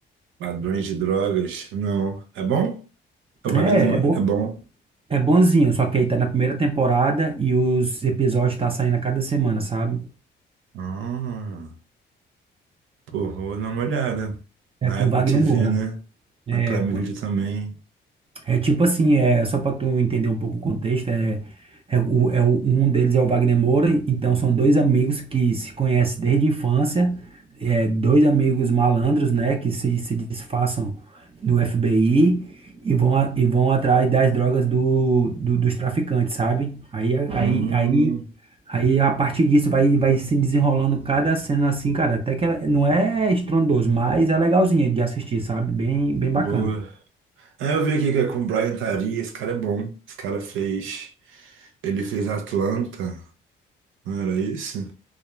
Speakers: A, on the right; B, on the right.
A: Ladrões de drogas? Não. É bom? O Wagner
B: É,
A: Moura
B: é bom,
A: é bom.
B: é bonzinho, só que aí tá na primeira temporada e os episódios tá saindo a cada semana, sabe?
A: Ah. Pô, vou dar uma olhada. Na
B: É com
A: Apple
B: Wagner
A: TV,
B: Moura.
A: né?
B: É,
A: Na Prime Video também.
B: É tipo assim, é só para tu entender um pouco o contexto, é, é, o, é o- um deles é o Wagner Moura, então são dois amigos que se conhecem desde a infância, é, dois amigos malandros, né, que se, se disfarçam do FBI e vão, a- e vão atrás das drogas do, do- dos traficantes, sabe? Aí, a-
A: Hum,
B: aí, aí, aí a partir disso vai, vai se desenrolando cada cena assim, cara, até que ela não é estrondoso, mas é legalzinha de assistir, sabe? Bem, bem bacana.
A: boa. Ah, eu vi aqui que é com o Brian Tari. Esse cara é bom. Esse cara fez. Ele fez Atlanta. Não era isso?